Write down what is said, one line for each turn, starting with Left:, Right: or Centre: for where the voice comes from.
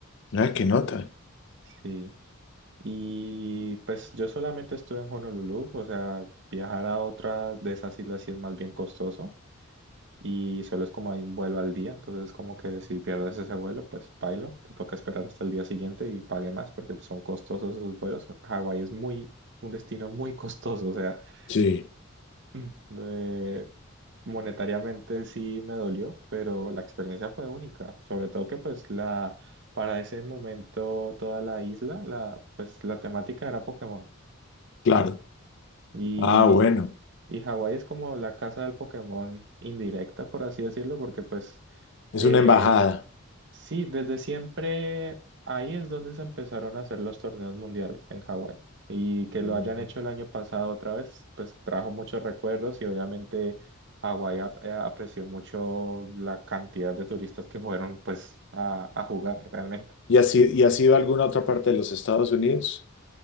Left: Ah, qué nota.
Right: Sí. Y pues yo solamente estuve en Honolulu, o sea, viajar a otra de esas islas sí es más bien costoso. y solo es como hay un vuelo al día, entonces como que si pierdes ese vuelo, pues pailo, te toca esperar hasta el día siguiente y pague más porque pues, son costosos esos vuelos. Hawái es muy, un destino muy costoso, o sea,
Left: Sí,
Right: <clears throat> mm, eh, monetariamente sí me dolió, pero la experiencia fue única, sobre todo que pues la, para ese momento toda la isla, la, pues la temática era Pokémon
Left: claro.
Right: y...
Left: Ah, bueno.
Right: Y Hawái es como la casa del Pokémon indirecta, por así decirlo, porque pues...
Left: Es
Right: eh,
Left: una embajada.
Right: Sí, desde siempre ahí es donde se empezaron a hacer los torneos mundiales en Hawái. Y que
Left: Mm.
Right: lo hayan hecho el año pasado otra vez, pues trajo muchos recuerdos y obviamente Hawái ap- eh, apreció mucho la cantidad de turistas que fueron pues a, a jugar realmente.
Left: ¿Y has, i- y has ido a alguna otra parte de los Estados Unidos?